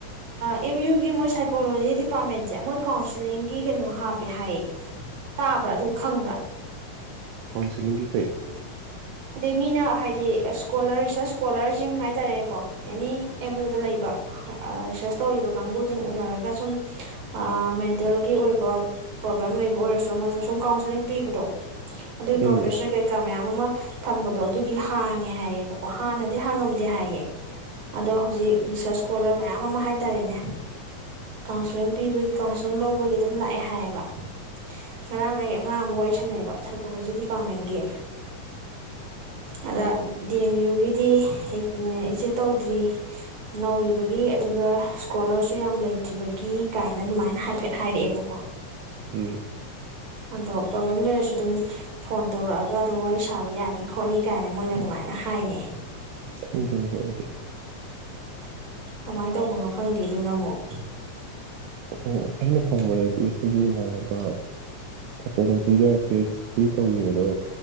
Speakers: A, on the right (about 60°); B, on the right (about 80°).
A: ꯑꯦꯝ ꯌꯨꯒꯤ ꯃꯣꯏ ꯁꯥꯏꯀꯣꯂꯣꯖꯤ ꯗꯤꯄꯥꯔꯠꯃꯦꯟꯁꯦ ꯃꯣꯏ ꯀꯥꯎꯟꯁꯤꯂꯤꯡꯒꯤ ꯀꯩꯅꯣ ꯍꯥꯞꯄꯦ ꯍꯥꯏꯌꯦ ꯇꯥꯕ꯭ꯔꯥ ꯑꯗꯨꯗꯤ ꯈꯪꯕ꯭ꯔꯥ
B: ꯀꯥꯎꯟꯁꯤꯂꯤꯡꯒꯤ ꯀꯔꯤ
A: ꯑꯗꯩ ꯃꯤꯅ ꯍꯥꯏꯗꯤ ꯏꯁꯀꯣꯂꯔ ꯔꯤꯁꯔꯁ ꯏꯁꯀꯣꯂꯔꯁꯤꯡ ꯍꯥꯏ ꯇꯥꯔꯦꯅꯦꯀꯣ ꯑꯦꯅꯤ ꯑꯦꯝ ꯌꯨꯗ ꯂꯩꯕ ꯔꯤꯁꯔꯁ ꯇꯧꯔꯤꯕ ꯀꯥꯡꯕꯨꯁꯤꯡ ꯎꯅꯔꯒ ꯁꯨꯝ ꯃꯦꯟꯇꯦꯜꯒꯤ ꯑꯣꯏꯕ ꯄ꯭ꯔꯣꯕ꯭ꯂꯦꯝ ꯂꯩꯕ ꯑꯣꯏꯔꯁꯨ ꯑꯃꯁ ꯁꯨꯝ ꯀꯥꯎꯟꯁꯤꯂꯤꯡ ꯄꯤꯕꯗꯣ ꯑꯗꯨꯒꯤ
B: ꯎꯝ
A: ꯄ꯭ꯔꯣꯐꯦꯁꯔ ꯀꯩꯀꯥ ꯃꯌꯥꯝ ꯑꯃ ꯊꯝꯕꯗꯣ ꯑꯗꯨꯒꯤ ꯍꯥꯡꯉꯦ ꯍꯥꯏꯌꯦꯕꯀꯣ ꯍꯥꯟꯅꯗꯤ ꯗꯤ ꯍꯥꯡꯉꯝꯗꯦ ꯍꯥꯏꯌꯦ ꯑꯗꯣ ꯍꯧꯖꯤꯛ ꯔꯤꯁꯔꯁ ꯏꯁꯀꯣꯂꯔ ꯃꯌꯥꯝ ꯑꯃ ꯍꯥꯏꯇꯥꯔꯦꯅꯦ ꯀꯥꯎꯟꯁꯤꯂꯤꯡ ꯄꯤꯕꯒꯤ ꯀꯥꯎꯟꯁꯤꯂꯤꯡ ꯂꯧꯕꯒꯤ ꯑꯗꯨꯝ ꯂꯥꯛꯑꯦ ꯍꯥꯏꯌꯦꯕ ꯉꯔꯥꯡ ꯑꯩ ꯑꯉꯥꯡ ꯑꯃ ꯋꯥꯔꯤ ꯁꯥꯟꯅꯩꯑꯕ ꯁꯥꯏꯀꯣꯂꯣꯖꯤ ꯗꯤꯄꯥꯔꯠꯃꯦꯟꯒꯤ ꯑꯗ ꯗꯤ ꯑꯦꯝ ꯌꯨꯒꯤꯗꯤ ꯏꯆꯦ ꯇꯧꯗ꯭ꯔꯤ ꯅꯧꯔꯤꯕꯒꯤ ꯑꯗꯨꯒ ꯏꯁꯀꯣꯂꯔꯁꯨ ꯌꯥꯝ ꯂꯩꯇ꯭ꯔꯤꯕꯒꯤ ꯀꯥꯏꯅ ꯑꯗꯨꯃꯥꯏꯅ ꯍꯥꯏꯐꯦꯠ ꯍꯥꯏꯔꯛꯑꯦꯕꯀꯣ
B: ꯎꯝ
A: ꯑꯗꯣ ꯄ꯭ꯔꯣꯕ꯭ꯂꯦꯝ ꯂꯩꯔꯁꯨ ꯑꯗꯨꯝ ꯐꯣꯟ ꯇꯧꯔꯛꯑꯒ ꯑꯗꯨꯝ ꯋꯥꯔꯤ ꯁꯥꯕ ꯌꯥꯅꯤ ꯈꯣꯠꯅꯤ ꯀꯥꯏꯅ ꯃꯣꯏꯅ ꯑꯗꯨꯃꯥꯏꯅ ꯍꯥꯏꯅꯩ
B: ꯊꯪꯗꯦꯅꯦ ꯍꯦꯛ ꯍꯗꯤ
A: ꯀꯃꯥꯏꯅ ꯇꯧꯕꯅꯣ ꯈꯪꯗꯦ ꯑꯗꯨꯅ ꯑꯃꯨꯛ
B: ꯑꯣ ꯑꯩꯅ ꯐꯪꯕꯗꯗꯤ ꯑꯩꯈꯣꯏꯒꯤ ꯏꯃꯥꯟꯅꯕ ꯁꯥꯏꯀꯣꯂꯣꯖꯤꯗ ꯄꯤ ꯑꯩꯆ ꯇꯧꯈꯤꯕꯗꯣ